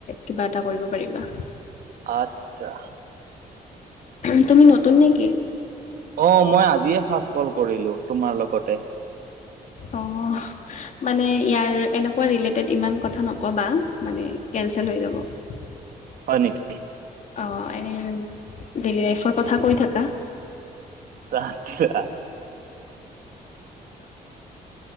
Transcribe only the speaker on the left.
কিবা এটা কৰিব পাৰিবা
উ তুমি নতুন নিকি
অ মানে ইয়াৰ এনেকুৱা ৰিলেটেড ইমান কথা নকবা মানে কেচেল হৈ যাব হয় <unintelligible>
অ এনে ডেইলী লাইফৰ কথা কৈ থাকা